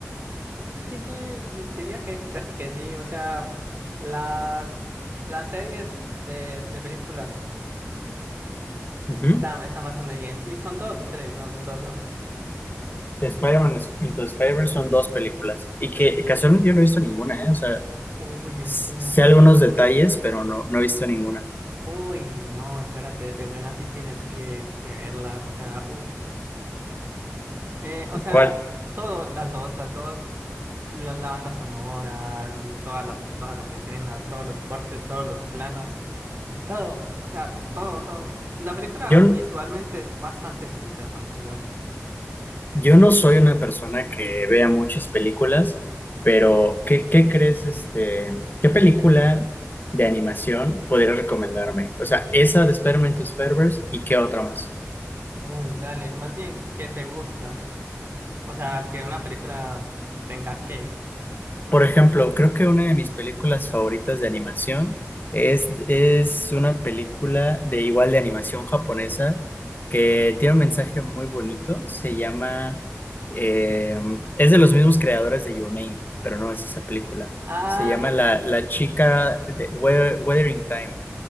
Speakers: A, on the right; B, on the left.
A: Sí, sí, di- diría que casi que sí. O sea, las, las series de, de películas
B: Ujú.
A: están, están bastante bien. Sí, son dos o tres, no, son dos, no.
B: De Spider-Man es- Into the Spider-Verse son dos películas y que casualmente yo no he visto ninguna, ¿eh? O sea,
A: Uy, espérate.
B: s- sé algunos detalles,
A: ¿qué?
B: pero no, no he visto ninguna.
A: Uy, no, espérate, de buena sí tienes que, que verla. O sea, uff. Eh, o sea,
B: ¿Cuál?
A: todo, las dos, las dos, la, la banda sonora, todas las, todas las escenas, todos los cortes, todos los planos, todo, o sea, todo, todo. La película
B: Yo,
A: visualmente es bastante bonita para empezar.
B: Yo no soy una persona que vea muchas películas, pero ¿qué, qué crees, este, qué película de animación podrías recomendarme? O sea, esa de Spider-Man to Spider-Verse y qué otra más.
A: Uy, dale, más bien, ¿qué te gusta? O sea, que una película tenga que.
B: Por ejemplo, creo que una de mis películas favoritas de animación es, es una película de igual de animación japonesa que tiene un mensaje muy bonito. Se llama, eh, es de los mismos creadores de Your Name, pero no es esa película.
A: Ah,
B: Se llama
A: eh,
B: La, La chica de Weth- Wuthering Time.